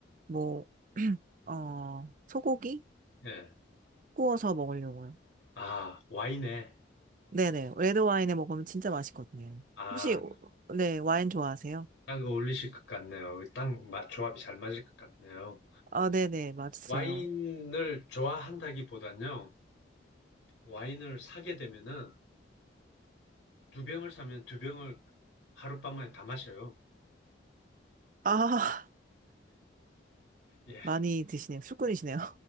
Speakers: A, on the right; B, on the left.
A: 뭐, <clears throat> 어, 소고기?
B: 네.
A: 구워서 먹으려고요.
B: 아, 와인에.
A: 네네. 레드 와인에 먹으면 진짜 맛있거든요.
B: 아,
A: 혹시, 오- 네, 와인 좋아하세요?
B: 딱 어울리실 것 같네요. 딱 마- 조합이 잘 맞을 것 같네요.
A: 아, 네네. 맛있어요.
B: 와인을 좋아한다기보단요, 와인을 사게 되면은 두 병을 사면 두 병을 하룻밤만에 다 마셔요.
A: 아, <laughs>
B: 예,
A: 많이 드시네요. 술꾼이시네요.